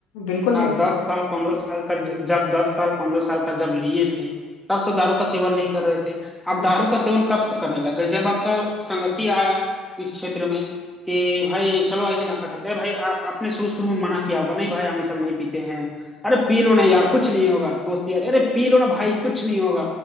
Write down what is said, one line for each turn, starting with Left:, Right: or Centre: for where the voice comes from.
Left: बिल्कुल नहीं
Centre: आप दस साल पंद्रह साल का ज- जब दस साल पंद्रह साल का जब लिए थे तब तो दारू का सेवन नहीं कर रहे थे आप
Left: नहीं
Centre: दारू
Left: कर
Centre: का सेवन कब से करने लगे जब आपका संगति आया इस क्षेत्र में कि भाई चलो आज नशा करते हैं भाई आ, आपने शुरू शुरू में मना किया होगा नहीं भाई हम ये सब नहीं पीते हैं अरे पी लो ना यार कुछ नहीं होगा दोस्त यार अरे पी लो ना भाई कुछ नहीं होगा